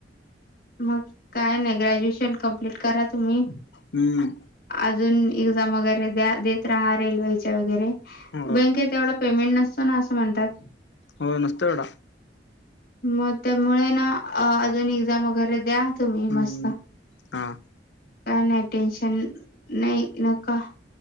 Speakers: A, on the left (about 55°); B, on the left (about 75°).
A: मग काय नाही ग्रॅज्युएशन कम्प्लीट करा तुम्ही.
B: हुं.
A: अजून एक्झाम वगैरेे द्या देतरहा रेल्वेच्या वगैरे,
B: हो
A: बॅकेत एवढा पेमेंट नसतो नां असं म्हणतात.
B: हो नसतोय एवढा.
A: मग त्यामुळे ना आ-अजून एक्झाम वगैरे द्या. तुम्ही मस्त
B: हुं हां
A: काय नाही टेन्शन नायी नका-